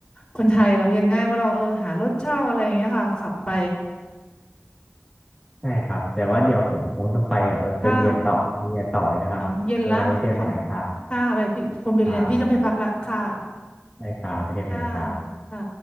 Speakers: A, on the left (about 20°); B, in the centre.
A: คนไทยเราก็ยังง่ายว่าเราเออหารถเช่าอะไรอย่างเงี้ยค่ะขับไป
B: ใช่ครับแต่ว่าเดี๋ยวผมคงต้องไปแบบว่าไปเรียนต่อไปเรียนต่อนะครับ
A: ค่าเนาะเย็นละพักผ่อน
B: ไว้เจอกันใหม่ครับ
A: ค่าไปพี่คนไปเรียนพี่ต้องไปพักละค่า
B: ครับได้ครับไปเรียนใหม่ครับ
A: ค่าค่ะ